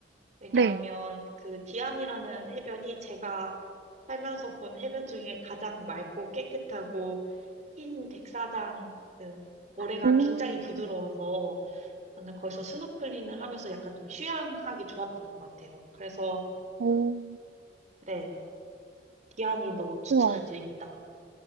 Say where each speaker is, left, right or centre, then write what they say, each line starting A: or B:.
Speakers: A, on the right; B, on the right.
A: 왜냐하면
B: 네.
A: 그 디안이라는 해변이 제가 살면서 본 해변 중에 가장 맑고 깨끗하고 흰 백사장 그 모래가
B: 오.
A: 굉장히 부드러워서 저는 거기서 스노클링을 하면서 약간 좀 휴양하기 좋았던 것 같아요. 그래서
B: 오.
A: 네, 디아니도 추천을
B: 우와.
A: 드립니다.